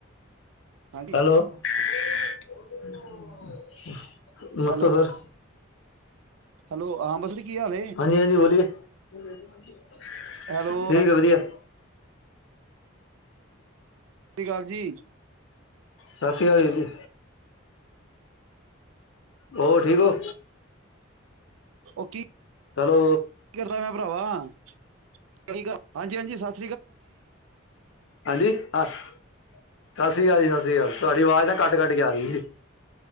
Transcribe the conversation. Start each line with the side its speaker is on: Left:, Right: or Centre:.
Right: ਹਾਂਜੀ
Left: ਹੈਲੋ <unintelligible> ਨਮਸਤੇ
Right: ਹੈਲੋ
Left: ਸਰ
Right: ਹੈਲੋ ਹਾਂ <unintelligible> ਕੀ ਹਾਲ
Left: ਹਾਂਜੀ ਬੋਲੀਏ ਹਾਂਜੀ
Right: ਹੈਲੋ
Left: ਠੀਕ
Right: ਸਤਿ
Left: ਆ ਵਧੀਆ
Right: ਸਤਿ ਸ਼੍ਰੀ ਅਕਾਲ ਜੀ
Left: ਸਤਿ ਸ਼੍ਰੀ ਅਕਾਲ ਜੀ ਹੋਰ ਠੀਕ ਹੋ
Right: ਉਹ ਕੀ ਕੀ
Left: ਹੈਲੋ
Right: ਕਰਦਾ ਮੈਂ ਭਰਾਵਾ ਸਹੀ ਗੱਲ ਹਾਂਜੀ ਹਾਂਜੀ ਸਤ
Left: ਹਾਂਜੀ ਹਾਂ ਸਤਿ ਸ੍ਰੀ ਅਕਾਲ ਜੀ ਸਤਿ ਸ੍ਰੀ ਅਕਾਲ ਤੁਹਾਡੀ ਆਵਾਜ਼ ਨਾ ਕੱਟ ਕੱਟ ਕੇ ਆ ਰਹੀ ਸੀ